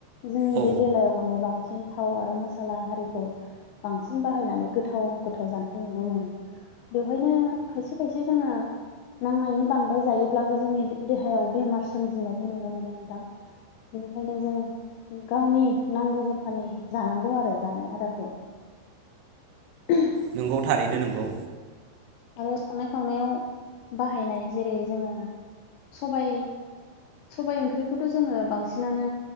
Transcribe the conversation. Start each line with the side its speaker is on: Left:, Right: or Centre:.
Left: जोंनि
Right: औ
Left: बे बेलायाव माने बांसिन थाव आरो मसला आरिखौ बांसिन बाहायनानै गोथाव गोथाव जानायखौ नुनो मोनो। बेवहायनो खायसे खायसे जोङो नांनायनि बांद्राय जायोब्लाबो जोंनि दे-देहायाव बेमार सोमजिनायखौ नुनो मोनो नोंथां। बेनिखायनो जों गावनि नांगौ जखानि जानांगौ आरो जानाय आदारखौ। <inaudible>
Right: नंगौ थारैनो नोंगौ।
Left: आरो संनाय खावनायाव बाहायनाय जेरै जोङो सबाय सबाइ ओंख्रिखौथ' जोङो बांसिनानो